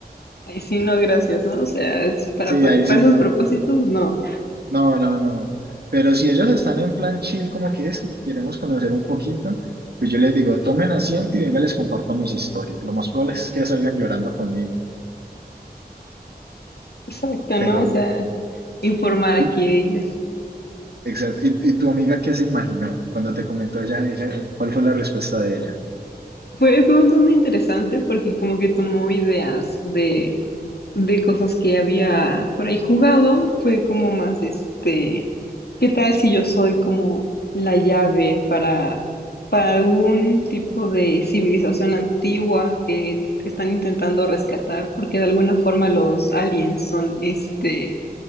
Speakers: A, on the left; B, on the right.
A: Ay, sí, no, gracias, ¿no? O sea, es para,
B: Sí,
A: para
B: ahí sí
A: esos
B: no.
A: propósitos, no.
B: No, no, no. Pero si ellos están en plan chill, como que es que queremos conocer un poquito, pues yo les digo, tomen asiento y venga, les comparto mis historias. Lo más probable es que salgan llorando conmigo.
A: Exacto, ¿no?
B: Pero,
A: O sea, informar aquí
B: y,
A: a ella.
B: exacto. ¿Y, y tu amiga qué se imaginó cuando te comentó ella, ella, eh, cuál fue la respuesta de ella?
A: Fue, fue bastante interesante porque como que tomó ideas de, de cosas que había por ahí jugado. Fue como más este, ¿qué tal si yo soy como la llave para, para algún tipo de civilización antigua que están intentando rescatar? Porque de alguna forma los aliens son este